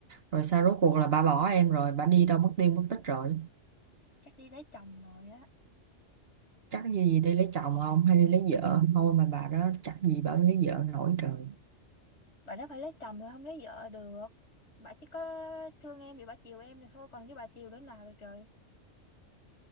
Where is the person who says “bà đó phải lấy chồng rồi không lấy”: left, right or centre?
Left